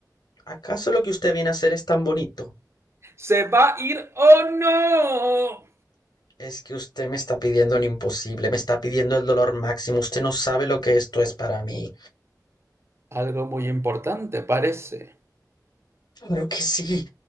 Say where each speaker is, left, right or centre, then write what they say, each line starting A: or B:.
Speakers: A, on the left (about 70°); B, on the right (about 35°).
A: ¿Acaso lo que usted viene a hacer es tan bonito?
B: ¿Se va a ir o no?
A: Es que usted me está pidiendo un imposible, me está pidiendo el dolor máximo. Usted no sabe lo que esto es para mí.
B: Algo muy importante, parece.
A: Claro que sí.